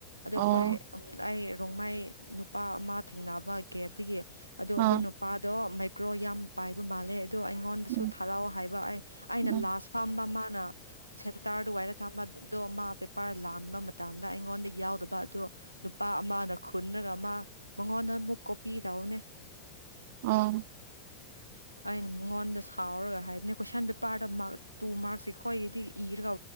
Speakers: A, on the right (about 85°); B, on the right (about 50°).
A: ꯑꯗꯣ ꯑꯩꯈꯣꯏ
B: ꯑꯣ
A: ꯑꯩ ꯔꯣꯡꯃꯥꯏ ꯅꯨꯄꯥ ꯑꯃ ꯊꯦꯡꯅꯕ ꯑꯗꯨꯒꯤ ꯑꯗꯨ
B: ꯑꯥ
A: ꯑꯗꯨ ꯅꯨꯄꯥꯗꯣ ꯀ꯭ꯔꯣ ꯌꯥꯝ ꯄꯥꯏꯕ ꯃꯥꯜꯂꯦ ꯑ ꯑꯩꯉꯣꯟꯗꯁꯨ
B: ꯎꯝ
A: ꯊꯔꯥꯎ ꯍꯥꯏꯕ ꯑꯩꯅ
B: ꯎꯝ
A: ꯂꯥꯁ ꯐꯝꯕ ꯃꯥꯅ ꯁꯦꯟꯇꯔꯗ ꯋꯥꯏꯗ ꯊꯝꯕꯗꯣ ꯑꯃ ꯄꯦꯄꯥꯔ ꯂꯥꯟꯕ ꯃꯇꯝꯅ ꯑꯩꯉꯣꯟꯗ ꯌꯥꯎꯗꯕ ꯑꯗꯣ ꯅꯨꯄꯥ ꯑꯃꯅ ꯈꯨꯟꯔꯒ ꯑꯃ ꯃꯉꯣꯟꯗ ꯑꯃꯨꯛ ꯀꯣꯄꯤ ꯇꯧꯕꯅꯦ
B: ꯑꯥ
A: ꯑꯩꯅ ꯃꯉꯣꯟꯗ ꯁꯥꯎꯔꯒ ꯍꯥꯏꯕꯅꯦ ꯀꯣꯏꯁꯟ ꯄꯦꯄꯥꯔꯗ ꯇꯨ ꯃꯥꯔꯛꯁꯦ ꯑꯩꯈꯣꯏꯒꯤꯗꯤ ꯏꯔꯒ